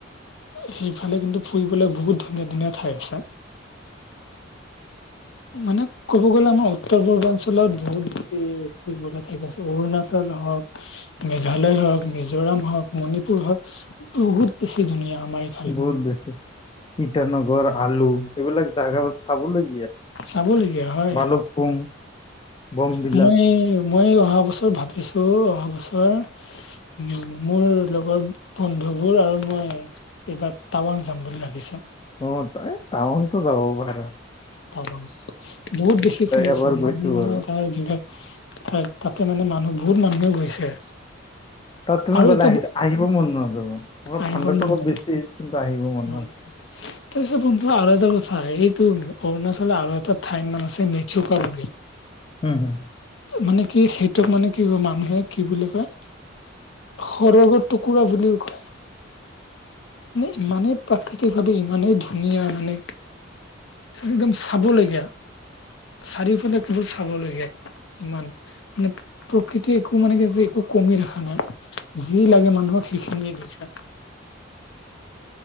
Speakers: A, on the left (about 65°); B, on the left (about 25°).
A: সেইফালে কিন্তু ফুৰিবলৈ বহুত ধুনীয়া ধুনীয়া ঠাই আছে মানে ক'ব গ'লে আমাৰ উত্তৰ পূৰ্বাঞ্চলত বহুত বেছি ফুৰিবলে তাকছে অৰুণাচল হওক মেঘালয় হওক মিজোৰাম হওক মণিপুৰ হওক বহুত বেছি ধুনীয়া আমাৰ ই
B: বহুত বেছি ইটানগৰ আলু এইবিলাক জাগা বা চাবলৈ
A: চাবলগীয়া হয়
B: বলুক পুং বমডিলা
A: মই মই অহা বছৰ ভাবিছোঁ অহা বছৰ উ মোৰ লগৰ বন্ধুবোৰ আৰু মই এইবাৰ টাৱাং যাম বুলি ভাবিচু
B: উ এই তাবংটো যাব পৰা
A: ত বহুত বেছি শুনিছো
B: এবাৰ গৈছো
A: মানুহ মানে
B: বাৰু।
A: তাৰ যাক তাৰ তাতে মানে মানুহ বহুত মানুহে গৈছে
B: তাত তুমি
A: আৰু
B: গ'লে
A: এটা
B: আহি আহিব মন নাযাব অলপ
A: আহিব
B: ঠাণ্ডাতটো
A: মন
B: অলপ
A: যায়
B: বেছি কিন্তু আহিব মন
A: হয়।
B: নাযাব <unintelligible>
A: তাৰপিছত বন্ধু আৰু এটা কথা এইটো অৰুণাচলৰ আৰু এটা ঠাইৰ নাম আছে মেচকা বুলি
B: হম হু
A: মানে কি সেইটোক মানে কি কয় মানুহে কি বুলি কয় সৰগৰ টুকুৰা বুলিও কয় ই মানে প্ৰাকৃতিক ভাৱে ইমানেই ধুনীয়া মানে একদম চাবলগীয়া চাৰিওফালে কেৱল চাবলগীয়া ইমান মানে প্ৰকৃতি একো মানে কি যে একো কমি ৰখা নাই যি লাগে মানুহক সেইখিনিয়ে দিছে